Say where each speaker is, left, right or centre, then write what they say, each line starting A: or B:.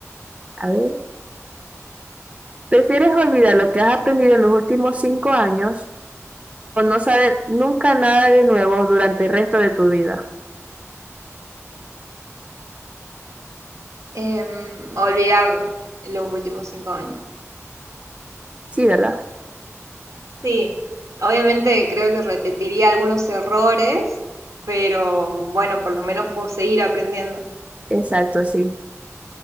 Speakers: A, on the right; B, on the right.
A: A ver. ¿Prefieres olvidar lo que has aprendido en los últimos cinco años o no saber nunca nada de nuevo durante el resto de tu vida?
B: Em, olvidar los últimos cinco años.
A: Sí, ¿verdad?
B: Sí, obviamente creo que repetiría algunos errores, pero bueno, por lo menos puedo seguir aprendiendo.
A: Exacto, sí.